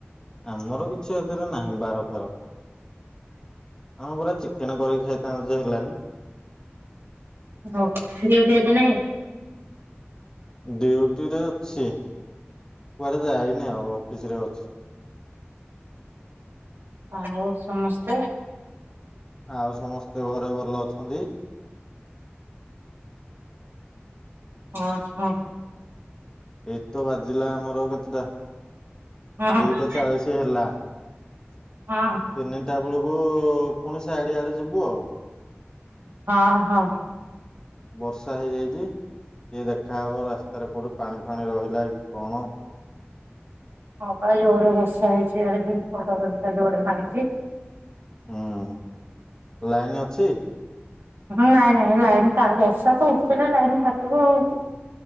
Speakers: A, on the left; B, on the right.
A: ଆମର କିଛି ଏଥିରେ ନାହିଁ ବାର ଫାର। ହଁ ପୁରା ଚିକେନ କରିକି ଖାଇଥାନ୍ତୁଯେ ହେଲାନି।
B: ହୋଉ ଡ୍ୟୁଟି ଆଜି ନାହିଁ?
A: ଡ୍ୟୁଟି ରେ ଅଛି କୁଆଡେ ଯାଇନି ଆଉ। ରେ ଅଛି।
B: ଆଉ ସମସ୍ତେ?
A: ଆଉ ସମସ୍ତେ ଘରେ ଭଲ ଅଛନ୍ତି?
B: ହଁ ହଁ।
A: ଏଇତ ବାଜିଲା ଆମର କେତଟା?
B: ହଁ ହଁ
A: ଦିଟା ଚାଳିଶ ହେଲା ତିନିଟା
B: ହଁ
A: ବେଳକୁ ଯୁ ପୁଣି ସାଇଡ ଆଡେ ଯିବୁ ଆଉ।
B: ହଁ ହଁ।
A: ବର୍ଷା ହେଇଯାଇଛି। କିଏ ଦେଖାହବ? ରାସ୍ତାରେ କୋଉଠି ପାଣି ଫାଣି ରହିଲା କି କଣ?
B: ହଁ ପା ଜୋରେ ବର୍ଷା ହେଇଛି ଇଆଡେ <unintelligible> ଜୋରେ ମାରିଛି।
A: ହୁଁ, ଲାଇନ୍ ଅଛି?
B: ନାଇଁ ନାଇଁ ଲାଇନ କା ବର୍ଷା ତ ଉଠେଇଲା ଲାଇନ କାଟିବ ଆଉ।